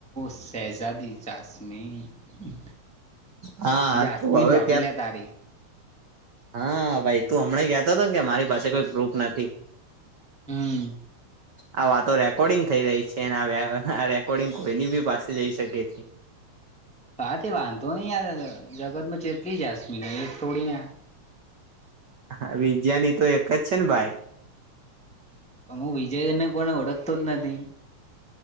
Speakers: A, in the centre; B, on the right (about 65°).
A: શહેઝાદી જાસમીન
B: હા
A: જાસમીન
B: તું હવે
A: ભાભી
B: ક્યાં
A: લે તારી
B: હા ભાઈ તું હમણા કતો હતો ને કે મારી પાસે કોઈ પ્રૂફ નથી
A: હમ
B: આ વાતો રેકોર્ડિંગ થઈ રહી છે આ આ રેકોર્ડિંગ કોઈની બી પાસે જઈ શકે છે.
A: હ તે વાંધો નહી યાર જગત માં જેટલી જ જાસમિન એક થોડી ના
B: હા વિજયા ની તો એક જ છે ને ભાઈ
A: હું વિજયને કોને ઓળખતો જ નથી